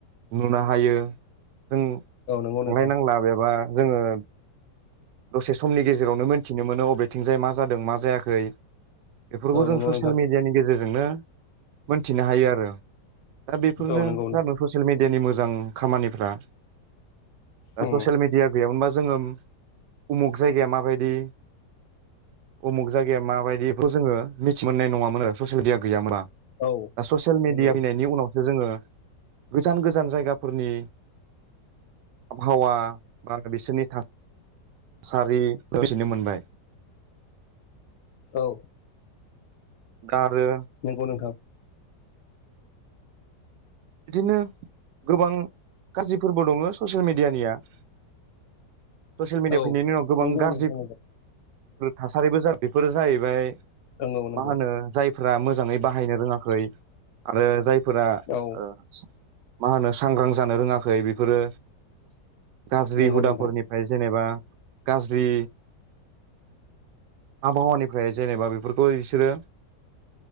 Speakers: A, on the right; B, on the left.
A: नुनो हायो जों
B: नंगौ
A: थांलाय
B: नोंथां
A: नांला बेबा जोङो दसे समनि गेजेरावनो मोनथिनो मोनो अबेथिंजाय मा जादों मा जायाखै बेफोरखौ
B: औ
A: जों
B: नंगौ
A: ससियेल
B: नोंथां
A: मिडियानि गेजेरजोंनो मोनथिनो हायो आरो दा बेफोरनो
B: औ नंगौ
A: जानो ससियेल मिडियानि मोजां खामानिफ्रा दा
B: उम
A: ससियेल मिडिया गैयामोनबा जोङो उमुक जायगाया माबायदि उमुक जायगाया माबायदिखौ जोङो मिथि मोननाय नङामोन आरो ससियेल मिडिया गैयामोनबा
B: औ
A: दा ससियेल मिडिया
B: नंगौ
A: फैनायनि उनावसो जोङो गोजान गोजान जायगाफोरनि आबहावा बा बिसोरनि था सारि मिथिनो मोनबाय
B: औ
A: आरो
B: नंगौ नोंथां
A: बिदिनो गोबां गाज्रिफोरबो दङ ससियेल मेडियानिया ससियेल मिडिया
B: औ
A: फैनायनि उनाव गोबां
B: नंगौ
A: गाज्रि
B: नोंथां
A: थासारिबो बेफोरो जाहैबाय
B: नंगौ नंगौ
A: मा होनो
B: नंगौ
A: जाय फोरा मोजाङै बाहायनो रोङाखै आरो जायफोरा
B: औ
A: ओ मा होनो सांग्रां जानो रोङाखै बेफोरो गाज्रि
B: नंगौ
A: हुदाफोरनिफ्राय
B: नोंथां
A: जेनेबा गाज्रि आबहावानिफ्राय जेनेबा बेफोरखौ बिसोरो